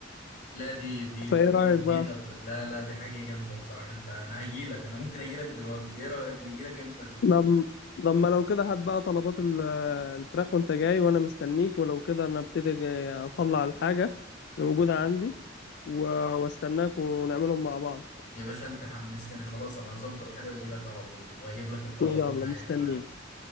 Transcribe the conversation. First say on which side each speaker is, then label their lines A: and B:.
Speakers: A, on the left; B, on the left.
A: لا دي دي
B: فإيه
A: طريقة
B: رأيك
A: جديدة
B: بقى
A: ب- لا لا دي حاجة جامدة بصراحة انت انا هجيلك انا ممكن اجيلك دلوقتي ايه رأيك نجيلك امتى
B: لما لما لو كده هات بقى طلبات ال- الفراخ وانت جاي وانا مستنيك ولو كده انا ابتدي جاي اطلع الحاجة اللي موجودة عندي و- واستناك ونعملهم مع بعض
A: يا باشا انت حمستني خلاص انا هظبط حالي واجيلك على طول واجيب لك الطلبات
B: يلا
A: معايا
B: مستنيك
A: كمان